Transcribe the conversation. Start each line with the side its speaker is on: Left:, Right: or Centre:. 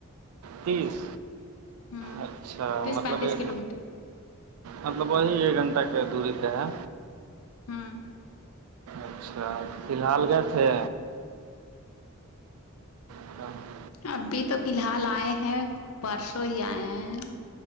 Right: تیس
Left: ہوں
Right: اچھا
Left: تیس
Right: مطلب
Left: پینتیس
Right: ایک
Left: کلو میٹر
Right: مطلب وہی ایک گھنٹہ کے دوری پہ ہے
Left: ہوں
Right: اچھا فی الحال گئے تھے ہاں
Left: ابھی تو فی الحال آئے ہیں پرسوں ہی آئے ہیں